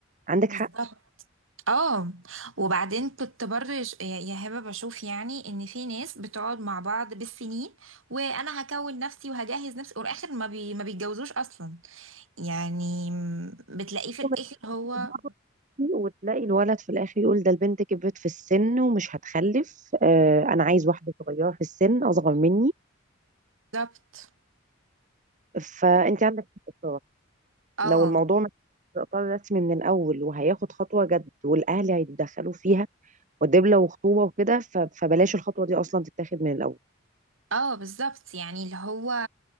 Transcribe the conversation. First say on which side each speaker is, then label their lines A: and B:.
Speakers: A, on the right (about 40°); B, on the right (about 85°).
A: عندك
B: بالظبط
A: حق
B: اه وبعدين كنت برضه ش- يا يا هبه بشوف يعني ان في ناس بتقعد مع بعض بالسنين وانا هكون نفسي وهجهز نفسي والاخر ما بي ما بيتجوزوش اصلا يعني م- بتلاقيه في الاخر
A: طبعاً،
B: هو
A: تضغطي وتلاقي الولد في الاخر يقول ده البنت كبرت في السن ومش هتخلف آه انا عايز واحده صغيره في السن اصغر مني
B: بالظبط
A: فانت عندك حق
B: اه
A: لو الموضوع مش في اطار رسمي من الاول وهياخد خطوه جد والاهل هيتدخلوا فيها ودبله وخطوبه وكده ف- فبلاش الخطوه دي اصلا تتاخد من الاول
B: اه بالظبط يعني اللي هو